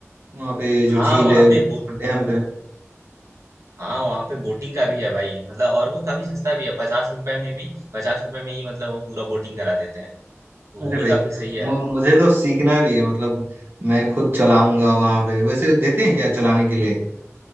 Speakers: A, on the right (about 45°); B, on the right (about 80°).
A: वहाँ पे जो
B: हाँ
A: झील
B: वहाँ
A: है
B: पे
A: डैम पे
B: हाँ वहाँ पे बोटिंग का भी है भाई मतलब और वो काफी सस्ता भी है पचास रुपए में भी पचास रुपए में ही मतलब वो पूरा बोटिंग करा देते हैं तो
A: अरे
B: वो भी
A: भाई
B: काफी सही है
A: मु, मुझे तो सीखना भी है मतलब मैं खुद चलाऊंगा वहाँ पे वैसे देते हैं क्या चलाने के लिए
B: <laughs>